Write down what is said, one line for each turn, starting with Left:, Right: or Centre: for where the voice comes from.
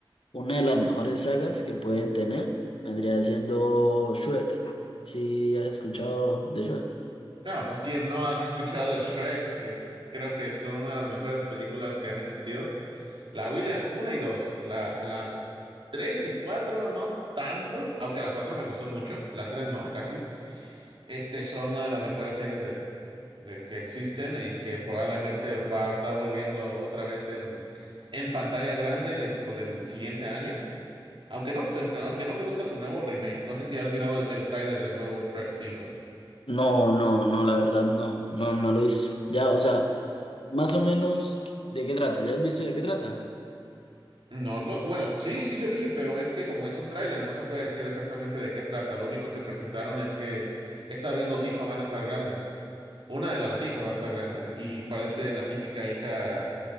Left: una de las mejores sagas que pueden tener vendría siendo Shrek. Si has escuchado de Shrek?
Right: No, pues quien no ha escuchado el Shrek, es, creo que es una de las mejores películas que han existido. La William 1 y 2, la, la 3 y 4 no tanto, aunque la 4 me gustó mucho, la 3 no, casi. Este, son una de las mejores series de, de que existen y que probablemente va a estar volviendo otra vez en, en pantalla grande dentro del siguiente año. Aunque no, me- aunque no me gusta su nuevo remake, no sé si has mirado el, el tráiler del nuevo Shrek 5.
Left: No, no, no, la verdad no, no, no lo hizo. Ya, o sea, más o menos, ¿de qué trata? ¿Ya has visto de qué trata?
Right: No lo, bueno, sí, sí le vi, pero es que como es un tráiler, no se puede decir exactamente de qué trata. Lo único que presentaron es que esta vez los hijos van a estar grandes. Una de las hijas va a estar grande y parece la típica hija